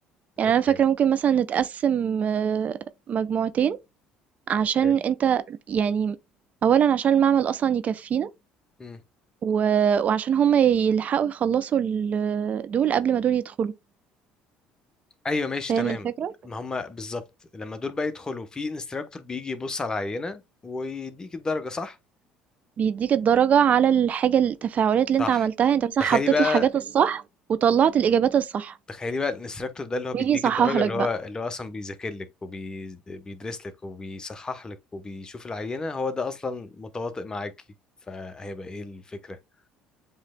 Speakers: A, on the right; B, on the left.
A: يعني
B: اوكي
A: أنا فاكرة ممكن مثلًا نتقسّم آه، مجموعتين عشان
B: اوكي
A: أنت يعني أولًا عشان المعمل أصلًا يكفّينا
B: امم
A: و وعشان هم يلحقوا يخلصوا ال دول قبل ما دول يدخلوا،
B: ايوه ماشي
A: فاهم
B: تمام
A: الفكرة؟
B: ما هم بالظبط لما دول بقى يدخلوا في انستراكتور بيجي يبص على العينه ويديك الدرجه صح
A: بيدّيك الدرجة على الحاجة التفاعلات اللي
B: صح
A: أنت عملتها، أنت مثلًا
B: تخيلي
A: حطيت
B: بقى
A: الحاجات الصح وطلّعت الإجابات الصح،
B: تخيلي بقى الانستراكتور ده اللي هو بيديك
A: وييجي يصحح
B: الدرجة
A: لك
B: اللي هو
A: بقى.
B: اللي هو أصلا بيذاكر لك وبيدرس لك وبيصحح لك وبيشوف العينة هو ده أصلا متواطئ معاكي فهيبقى إيه الفكرة؟